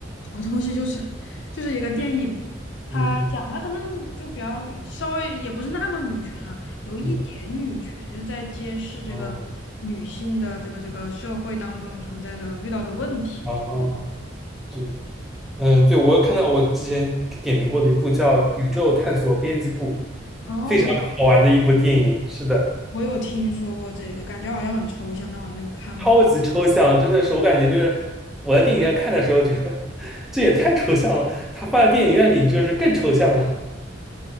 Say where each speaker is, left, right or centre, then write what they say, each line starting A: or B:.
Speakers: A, on the left; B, in the centre.
A: 好东西就是就是一个电影嘛，它讲它可能就比较稍微也不是那么女权啊，
B: <laughs> 嗯
A: 有一点女权，
B: 嗯嗯，
A: 就是在揭示这个女性的这个这个社会当中存在的遇到的问题这个
B: 哦哦，对，嗯对，我看到我之前给点评过的一部叫《宇宙探索编辑部》，
A: 哦，
B: 非常好玩的一部电影。
A: 我
B: 是的。
A: 我有听说过这个，感觉好像很抽象，但我还没有看过。
B: 超级抽象，真的是我感觉就是我在电影院看的时候觉得 <laughs> 这也太抽象了，它放在电影院里就是更抽象了。